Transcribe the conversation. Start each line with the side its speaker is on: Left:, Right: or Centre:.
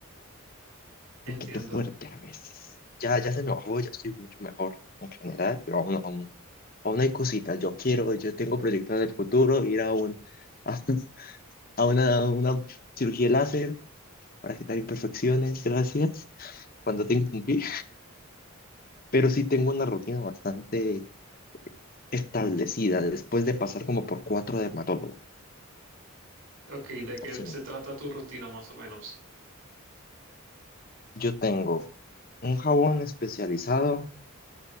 Right: Entiendo.
Left: un poquito fuerte a veces. Ya, ya se me bajó, ya estoy mucho mejor en general, pero aún, aún, aún hay cositas. Yo quiero, yo tengo proyectos del futuro ir a un, <laughs> a, una, una cirugía láser para quitar imperfecciones, gracias, cuando tenga que cumplir. Pero sí tengo una rutina bastante establecida después de pasar como por cuatro dermatólogos.
Right: Ok, ¿de qué
Left: o sí
Right: se trata tu rutina más o menos?
Left: Yo tengo un jabón especializado